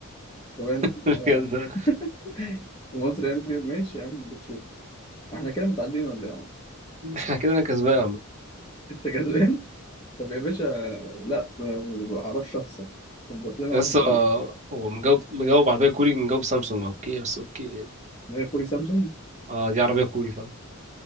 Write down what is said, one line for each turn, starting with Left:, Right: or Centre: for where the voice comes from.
Left: طب احنا
Right: <laughs>
Left: إحنا
Right: كده-
Left: <laughs> في مصر يعني في ماشي يا عم بتشوف احنا كده متعدين ولا ايه يا عمر
Right: احنا كده انا كسبان عم
Left: انت جدعان طب يا باشا لا ما ما بعرفش اخسر ظبط لنا
Right: لسه
Left: واحده تانية
Right: هو مجاوب مجاوب عربيه كوري مجاوب سامسونج اوكي بس اوكي يعني.
Left: غير كوري سامسونج
Right: اه دي عربيه كوري فعلا